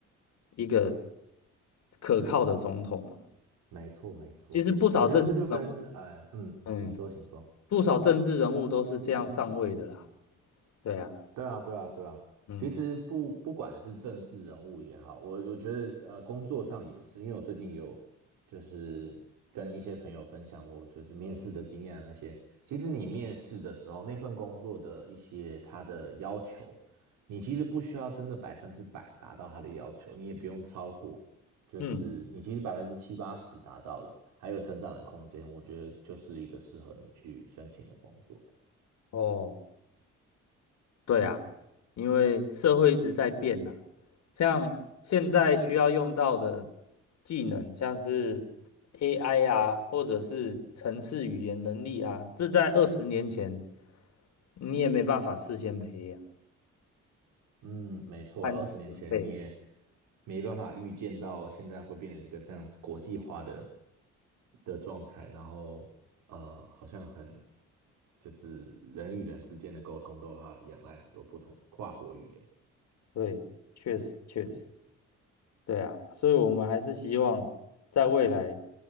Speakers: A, on the left; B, on the right.
A: 一个可靠的总统嘛。
B: 没错，没错，
A: 其实不少政治人物，
B: 我觉得这就跟呃，嗯，
A: 嗯，
B: 请说，请说。
A: 不少政治人物都是这样上位的啦。对啊，
B: 对啊，对啊，对啊。
A: 嗯
B: 其实不不管是政治人物也好，我我觉得呃工作上也是，因为我最近有就是跟一些朋友分享我就是面试的经验啊那些。其实你面试的时候，那份工作的一些他的要求，你其实不需要真的百分之百达到他的要求，你也不用超过，就是你其实百分之七八十达到了，
A: 嗯，
B: 还有成长的空间，我觉得就是一个适合你去申请的工作欸。
A: 哦。对啊，因为社会一直在变呐、像现在需要用到的技能，像是 AI 啊，或者是城市语言能力啊，这在二十年前你也没办法事先培养
B: 嗯，没错，
A: 和准备。
B: 二十年前你也没办法预见到现在会变成一个这样子国际化的的状态，然后呃，好像很就是人与人之间的沟通都要仰赖很多不同的跨国语言。
A: 对，确实确实，对啊，所以我们还是希望在未来，